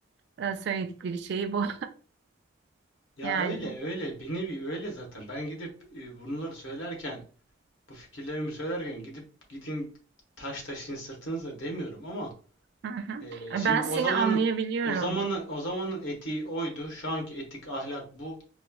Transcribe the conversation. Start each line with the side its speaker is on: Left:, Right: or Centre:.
Right: e, söyledikleri şey bu.
Left: Ya
Right: Yani
Left: öyle öyle bir nevi öyle zaten. Ben gidip e, bunları söylerken, bu fikirlerimi söylerken gidip gidin taş taşın sırtınıza demiyorum ama
Right: hı hı.
Left: e, şimdi
Right: Ben seni
Left: o zamanın
Right: anlayabiliyorum.
Left: o zamanın o zamanın etiği oydu. Şu anki etik ahlak bu.